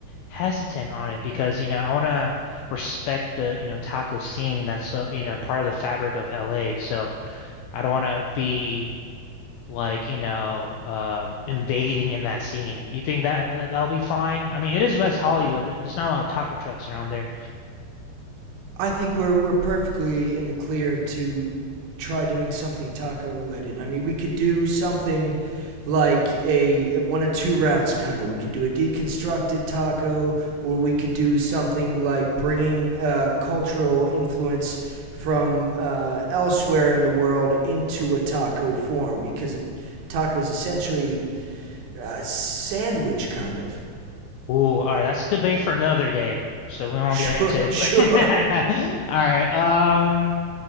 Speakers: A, on the left (about 85°); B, on the right (about 75°).
A: hesitant on it because, you know, I want to respect the, you know, taco scene that's so, you know, part of the fabric of LA. So I don't want to be like, you know, um, invading in that scene. Do you think that, that that'll be fine? I mean, it is West Hollywood. There- There's not a lot of taco trucks around there.
B: I think we're we're perfectly in the clear to try doing something taco related. I mean, we could do something like a one of two routes kind of. We could do a deconstructed taco or we could do something like bringing uh, cultural influence from uh, elsewhere in the world into a taco form because a taco is essentially a sandwich kind of. <laughs>
A: Oh, all right. That's a debate for another day. So we won't
B: Sure,
A: get into it.
B: sure.
A: <laughs> All right. Um,